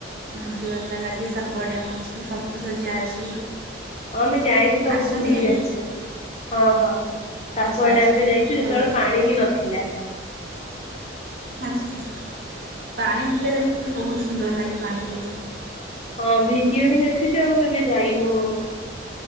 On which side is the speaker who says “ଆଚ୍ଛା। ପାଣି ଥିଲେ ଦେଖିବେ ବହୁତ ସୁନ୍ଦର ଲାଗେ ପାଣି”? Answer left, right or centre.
Right